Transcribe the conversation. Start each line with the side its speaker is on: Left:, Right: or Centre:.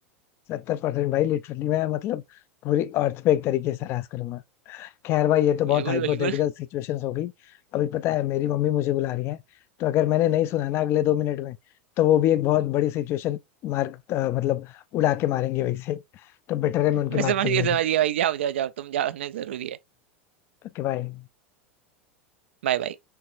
Left: सत्तर परसेंट भाई लिटरली मैं मतलब पूरी अर्थ पे एक तरीके से राज करूंगा खैर भाई ये तो बहुत
Right: बिल्कुल
Left: हाइपोथेटिकल
Right: बिल्कुल
Left: सिचुएशंस हो गई अभी पता है मेरी मम्मी मुझे बुला रही है तो अगर मैंने नहीं सुना ना अगले दो मिनट में तो वो भी एक बहुत बड़ी सिचुएशन मार्क मतलब उड़ा के मारेंगे वैसे तो बेटर है मैं
Right: <laughs>
Left: उनकी
Right: मैं
Left: बात
Right: समझ
Left: सुन
Right: गया
Left: लूँ
Right: समझ गया भाई जाओ जाओ जाओ तुम जाओ नहीं जरूरी है
Left: ओके भाई
Right: Bye bye